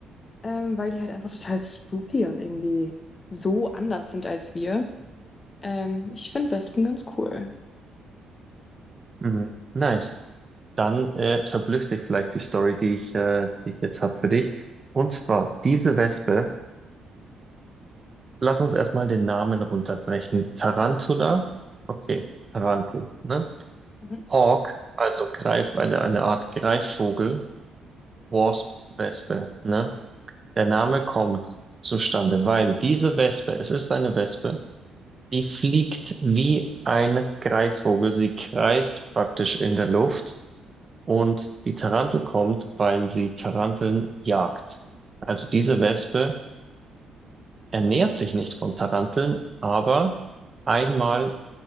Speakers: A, on the left; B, on the right.
A: ähm, weil die halt einfach total spooky und irgendwie so anders sind als wir. Ähm, ich finde Wespen ganz cool.
B: Mhm. Nice. Dann äh, verblüfft dich vielleicht die Story, die ich, äh, die ich jetzt habe für dich. Und zwar diese Wespe, lass uns erstmal den Namen runterbrechen. Tarantula, okay, Tarantel, ne?
A: Mhm.
B: Hawk, also Greif, eine, eine Art Greifvogel. Wasp, Wespe, ne? Der Name kommt zustande, weil diese Wespe, es ist eine Wespe, die fliegt wie ein Greifvogel. Sie kreist praktisch in der Luft Und die Tarantel kommt, weil sie Taranteln jagt. Also diese Wespe ernährt sich nicht von Taranteln, aber einmal